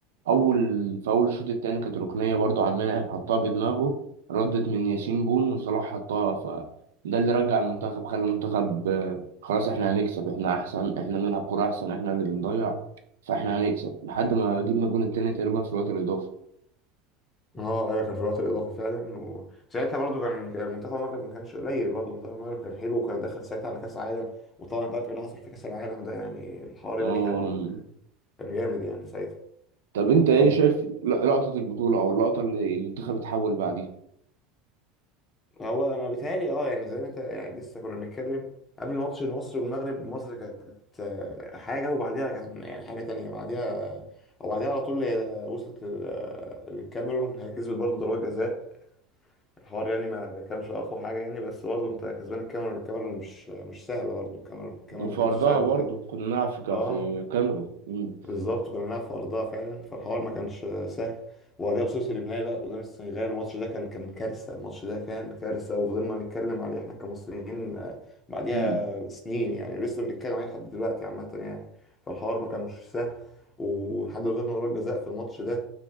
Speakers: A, on the right; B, on the left.
A: اول في اول الشوط الثاني كانت ركنيه برضو عمال يعني حطها بدماغه ردت من ياسين بون وصلاح حطها فده اللي رجع المنتخب خلى المنتخب آه، خلاص احنا هنكسب احنا احسن احنا بنلعب كوره احسن احنا اللي بنضيع فاحنا هنكسب لحد ما جبنا الجون التاني تقريبا في الوقت الاضافي
B: اه ايوه كان في الوقت الاضافي فعلا وساعتها برضو كان كان منتخب المغرب ما كانش قليل برضو منتخب المغرب كان حلو وكان داخل ساعتها على كاس العالم وطبعا انت عارف ايه اللي حصل في كاس العالم ده يعني الحوار
A: آم،
B: يعني كان كان جامد يعني ساعتها
A: طب انت ايه
B: طب
A: شايف لقطه البطوله او اللقطه اللي المنتخب اتحول بعديها
B: هو انا بيتهيألي اه يعني زي ما انت يعني لسه كنا بنتكلم قبل ماتش مصر والمغرب مصر كانت آه، حاجه وبعديها كان يعني حاجه تانية بعديها وبعديها على طول هي وصلت لل- آه، للكاميرون هي كسبت برضو ضربات جزاء الحوار يعني ما كانش اقوى حاجه يعني بس برضه انت كسبان الكاميرا والكاميرا مش مش سهله برضه الكاميرا الكاميرا
A: وفي
B: ما كانتش
A: أرضها
B: سهله
A: برضو كنا نلعب في كا-
B: اه
A: في كاميرون مم.
B: بالظبط وكنا بنلعب في ارضها فعلا فالحوار ما كانش سهل وبعديها بصوص النهائي بقى قدام السنغال الماتش ده كان كان كارثه الماتش ده كان كارثه وفضلنا نتكلم عليه احنا كمصريين آه، بعديها
A: مم.
B: سنين يعني لسه بنتكلم عليه لحد دلوقتي عامه يعني فالحوار ما كانش سهل ولحد ما غيرنا ضربات جزاء في الماتش ده